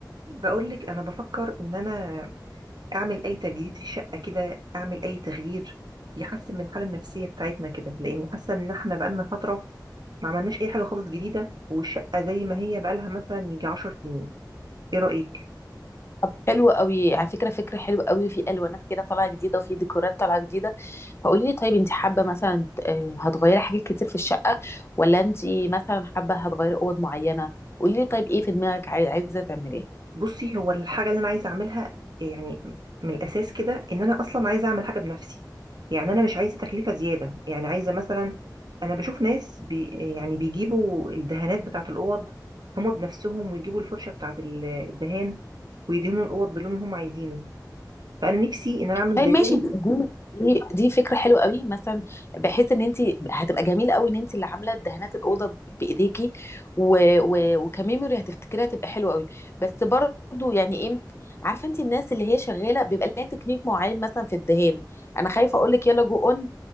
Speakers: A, on the right; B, on the left.
A: بقولك انا بفكر ان انا اعمل اي تجديد في الشقه كده اعمل اي تغيير يحسن من الحاله النفسيه بتاعتنا كده لان حاسه ان احنا بقالنا فتره ما عملناش اي حاجه خالص جديده والشقه زي ما هي بقالها مثلا يجي 10 سنين ايه رايك
B: طب حلو قوي على فكره فكره حلوه قوي في الوانات كده طالعه جديده وفي ديكورات طالعه جديده فقولي لي طيب انت حابه مثلا آه، هتغيري حاجات كتير في الشقه ولا انت مثلا حابه هتغيري اوض معينه قولي لي طيب ايه في دماغك عاي- عايزه تعمليه
A: بصي هو الحاجة اللي أنا عايزة أعملها يعني من الأساس كده إن أنا أصلا عايزة أعمل حاجة بنفسي يعني أنا مش عايزة تكلفة زيادة يعني عايزة مثلا أنا بشوف ناس بي يعني بيجيبوا الدهانات بتاعة الأوض هما بنفسهم ويجيبوا الفرشة بتاعة ال- الدهان ويدهنوا الأوض باللون اللي هما عايزينه فأنا نفسي إن أنا أعمل
B: طيب
A: زيهم
B: ماشي دي دي دي فكره حلوه قوي مثلا بحيث ان انت هتبقى جميله قوي ان انت اللي عامله دهانات الاوضه ب- بايديكي و... و... وكميموري هتفتكريها هتبقى حلوه قوي بس برضو يعني ايه عارفه انت الناس اللي هي شغاله بيبقى لها تكنيك معين مثلا في الدهان انا خايفه اقول لك يلا جو اون